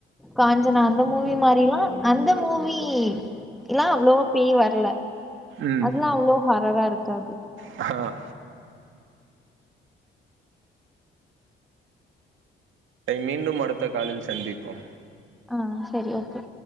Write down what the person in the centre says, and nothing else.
காஞ்சனா அந்த மூவி மாரிலாம் அந்த மூவி இல்லாம் அவ்ளோவ பேய் வர்ல
அதெல்லாம் அவ்ளோ ஹரரா இருக்காது
ஆ செரி ஓகே